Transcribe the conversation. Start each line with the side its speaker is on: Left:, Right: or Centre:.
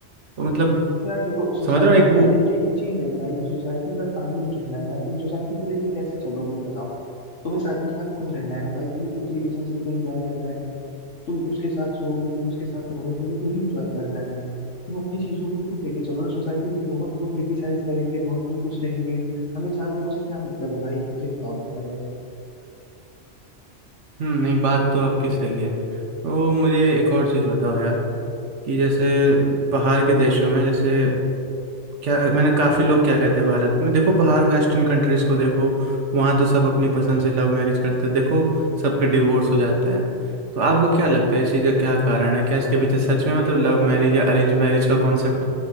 Right: तो मतलब
Left: तो यार देखो सोसाइटी
Right: समझ रहे हो एक
Left: का
Right: वो
Left: ये यही तो चीज है ना भाई कि सोसाइटी का काम ही ये कहना है यार तुम सोसाइटी को लेके कैसे चलोगे ये बताओ तुम्हें शादी के बाद खुद रहना है ना भाई तुम्हें खुद रिलेशनशिप को एंजॉय करना है तुम उसके साथ सोओगे तुम उसके साथ रहोगे तो तुम्हें इंजॉय करना है तुम अपनी चीजों को खुद लेके चलो ना सोसाइटी में तो बहुत लोग क्रिटिसाइज करेंगे बहुत लोग खुश रहेंगे हमें चार लोगों से क्या मतलब है भाई ये बताओ तुम पहले
Right: हम्म नहीं बात तो आपकी सही है तो मुझे एक और चीज़ बताओ यार कि जैसे बाहर के देशों में जैसे क्या मैंने काफी लोग क्या कहते हैं भारत में देखो बाहर वेस्टर्न कंट्रीज को देखो वहां तो सब अपनी पसंद से लव मैरिज करते हैं देखो सबके डिवोर्स हो जाते हैं तो आपको क्या लगता है इस चीज का क्या कारण है क्या इसके पीछे सच में
Left: देखो
Right: मतलब
Left: यार
Right: लव मैरिज या अरेंज मैरिज का कॉन्सेप्ट